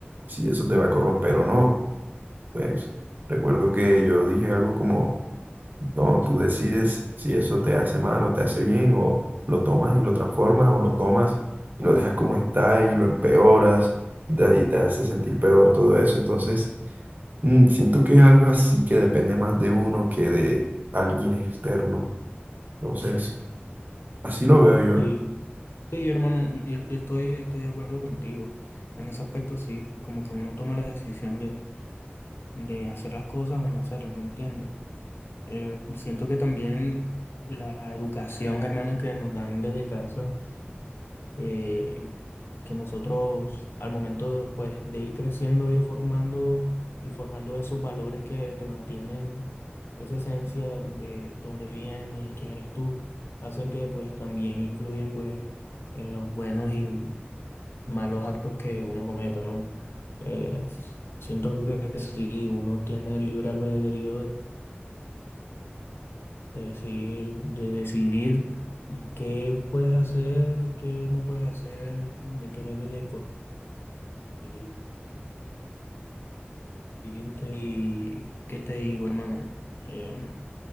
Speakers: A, on the right (about 45°); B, on the left (about 70°).
A: si eso te va a corromper o no. Pues recuerdo que yo dije algo como no, tú decides si eso te hace mal o te hace bien, o lo tomas y lo transformas, o lo tomas y lo dejas como está y lo empeoras y te, y te hace sentir peor todo eso. Entonces, mm, siento que es algo así que depende más de uno que de alguien externo. Entonces, así lo veo yo.
B: Sí, Sí, hermano, yo, yo estoy, estoy de acuerdo contigo. En ese aspecto sí, como que uno toma la decisión de, de hacer las cosas o no hacerlas, ¿me entiendes? Eh, siento que también la educación, hermano, que nos dan desde casa. eh, que nosotros al momento pues, de ir creciendo, ir formando y forjando esos valores que te mantienen esa esencia de dónde vienes, quién eres tú, hacen que pues también influyen pues en los buenos y malos actos que uno cometa, ¿no? Eh, siento que si uno tiene libre albedrío de de decir, de decidir qué puedes hacer, qué no puedes hacer, de qué debes de cohibirte. Y qué te digo, hermano, Em,